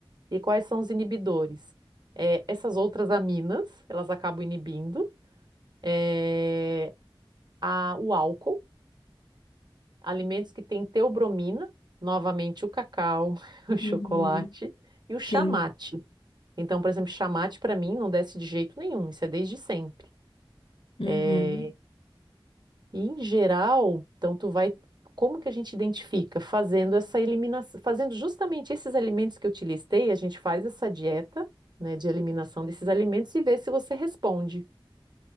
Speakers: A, on the right (about 55°); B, on the left (about 80°).
A: E quais são os inibidores? Eh, essas outras aminas, elas acabam inibindo. é, a- o álcool, alimentos que têm teobromina, novamente o cacau, <laughs> o chocolate
B: Uhum.
A: e o chamate.
B: Sim.
A: Então, por exemplo, chamate para mim não desce de jeito nenhum, isso é desde sempre.
B: Uhum.
A: É, e em geral, então tu vai, como que a gente identifica? Fazendo essa eliminação, fazendo justamente esses alimentos que eu te listei, a gente faz essa dieta, né, de eliminação desses alimentos e vê se você responde.